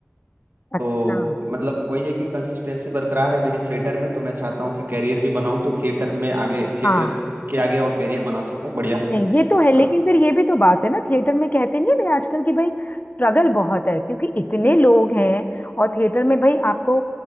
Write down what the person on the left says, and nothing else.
अच्छा
हाँ
नहीं ये तो है लेकिन
फिर ये भी तो बात है ना थिएटर में कहते नहीं है भाई आजकल की भाई स्ट्रगल बहुत है क्योंकि इतने लोग हैं और थिएटर में भाई आपको